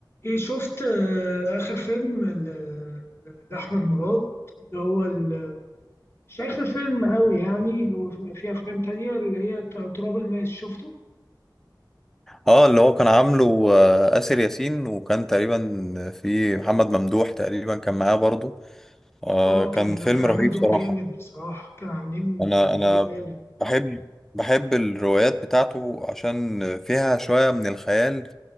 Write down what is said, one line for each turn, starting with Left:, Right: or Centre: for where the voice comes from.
Left: ايه شفت آه، اخر فيلم ل- لاحمد مراد اللي هو ال- مش اخر فيلم قوي يعني هو في في افلام تانية اللي هي ت- تراب الماس شفته
Centre: اه اللي هو كان عامله آه، آسر ياسين وكان تقريبا في محمد ممدوح تقريبا كان معاه برضو آه
Left: اه
Centre: كان
Left: كان
Centre: فيلم
Left: كان عامل
Centre: رهيب
Left: دور
Centre: صراحة
Left: جامد بصراحة كان عاملين
Centre: انا
Left: آه،
Centre: انا
Left: دور جامد
Centre: بحب بحب الروايات بتاعته عشان فيها شوية من الخيال